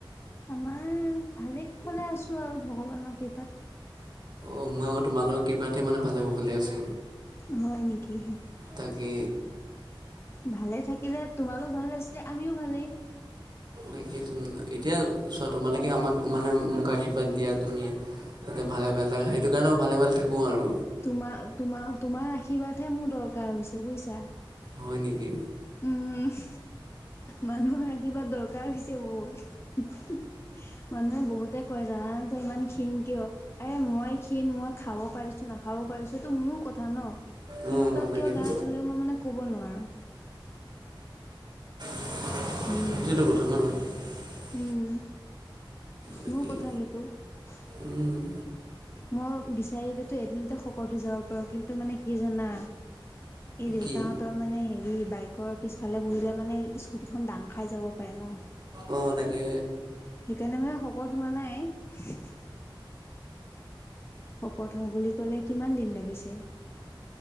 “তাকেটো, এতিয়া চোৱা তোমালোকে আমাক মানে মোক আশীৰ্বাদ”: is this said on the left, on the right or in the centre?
Right